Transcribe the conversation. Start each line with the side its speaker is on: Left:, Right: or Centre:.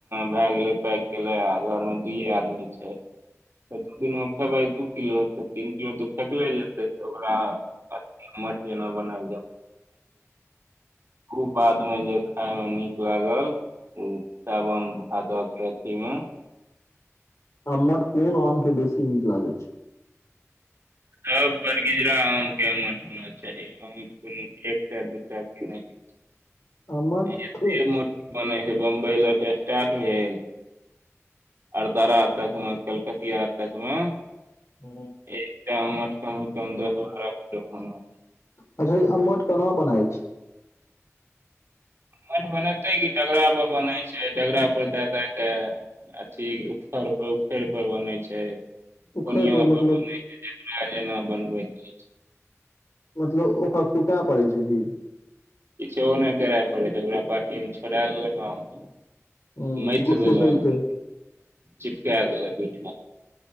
Right: भए गेलै पैक गेले आ घर मे दूए आदमी छै त दू दिन मे खेबै दू किलो तऽ तीन किलो दू फेकले जेतै तऽ ओकरा मठियाना बना खू <inaudible> मे जे खाय में नीक लागल ओ सावन भादक के अथी मे
Left: आम्मठ कोन आम के बेसी नीक लागै छै
Right: सब बरगिजरा आम के आमठ होना चाही आम कोनो एकटा दूटा नहि <unintelligible>
Left: छै अम्मट
Right: ऐते मोट बनै छै बम्बई लग स्टार्ट भेल अरद्रा तक मे कलकतिया तकमे <unintelligible>
Left: हूँ अच्छा ई अम्मट कोना बनाउल छै
Right: मठ बनेतै क डगरा पर बनै छै डगरा पर दए दए कै अथी उऊखर पर उखरि पर बनै छै
Left: उखड़
Right: कोनिया
Left: पर
Right: आधा
Left: मतलब
Right: बनै छै जेका जेना बनबै छै <unintelligible>
Left: मतलब ओकरा कुटए पड़ै छै कि
Right: किछ नहि करय पड़े छै ओकरा पार्टी मे छोड़ लेलक आम कै
Left: हूँ
Right: मैथदेलक
Left: गुठली सहिते
Right: चिपकाय देलक